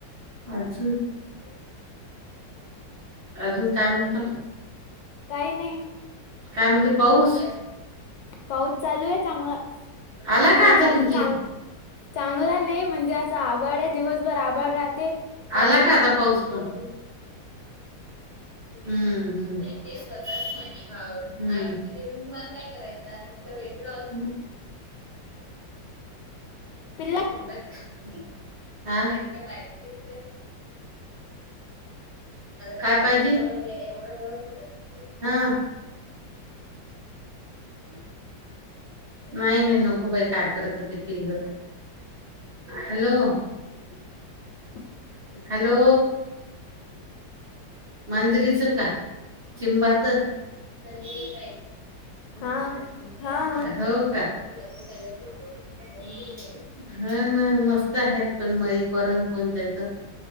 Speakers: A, on the right; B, on the left.
A: <unintelligible> अजून काय म्हणतो
B: काही नाही
A: काय म्हणते पाऊस
B: पाऊस चालू आहे चांगला
A: आला
B: म्हणजे
A: का आता
B: असं
A: तुमच्या
B: चां
A: इथं
B: चांगला नाही म्हणजे असं आभाड आहे दिवसभर आभाड राहते रात्री
A: आला का आता पाऊस पण <inaudible> हम्म हम्म ते स्वःच म्हणे हम तुम्हाला काय करायचं वेट लॉस
B: पिल्ला
A: <unintelligible> हा <inaudible> काय पाहिजे एवढ व्यवस्थित हा
B: <inaudible>
A: <unintelligible> नाही नाही नको बाई काय करत ते पिल्लं हॅलो
B: <inaudible>
A: हॅलो
B: <inaudible>
A: मांजरीचं का चिंबाच <inaudible> हो <unintelligible>
B: हा हा
A: हा ना मस्त आहेत पण मय करण कोण त्याच